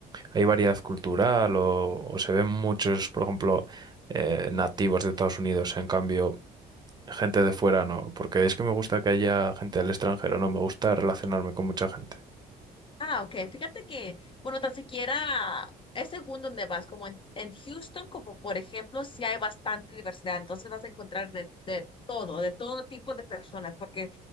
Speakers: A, on the right; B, on the left.
A: ¿hay variedad cultural o, o se ven muchos, por ejemplo, eh, nativos de Estados Unidos, en cambio... Gente de fuera no, porque es que me gusta que haya gente del extranjero, no, me gusta relacionarme con mucha gente.
B: Ah, ok. Fíjate que, bueno, tan siquiera es según donde vas, como en, en Houston, como por ejemplo, sí hay bastante diversidad, entonces vas a encontrar de, de todo, de todo tipo de personas, porque